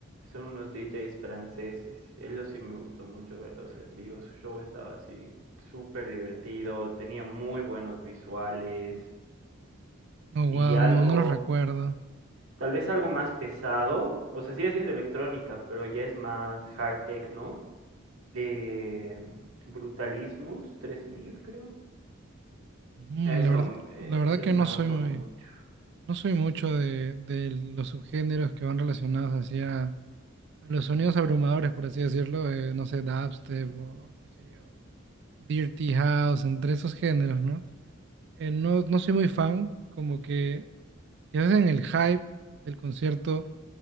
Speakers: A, on the right; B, on the right.
A: son unos DJs franceses. Ellos sí me gustó mucho verlos en vivo. Su show estaba así súper divertido, tenía muy buenos visuales
B: Oh, wow,
A: y algo,
B: no, no los recuerdo.
A: tal vez algo más pesado. O sea, sigue siendo electrónica, pero ya es más hard techno. Eh, Brutalismus tres mil creo.
B: Mm,
A: Eso,
B: la verdad,
A: eh,
B: la verdad
A: ellos
B: que no
A: me han
B: soy
A: gustado
B: muy,
A: mucho.
B: no soy mucho de, de los subgéneros que van relacionados hacia a los sonidos abrumadores, por así decirlo, eh, no sé, dubstep o qué sé yo, dirty house, entre esos géneros, ¿no? Eh, no, no soy muy fan, como que quizás en el hype del concierto